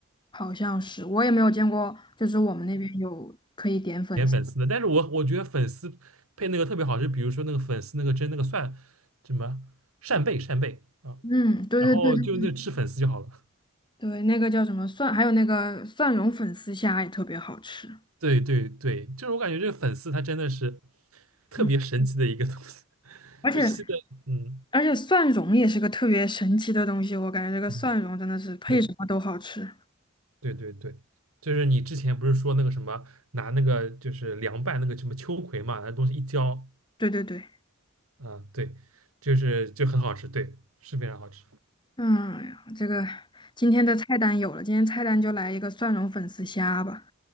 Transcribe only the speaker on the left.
好像是，我也没有见过，就是我们那边有可以点粉丝。
嗯，对对对对，
对那个叫什么蒜，还有那个蒜蓉粉丝虾也特别好吃。
嗯，
而且
而且蒜蓉也是个特别神奇的东西，我感觉这个蒜蓉真的是配什么都好吃。
对对对。
嗯，这个今天的菜单有了，今天菜单就来一个蒜蓉粉丝虾吧。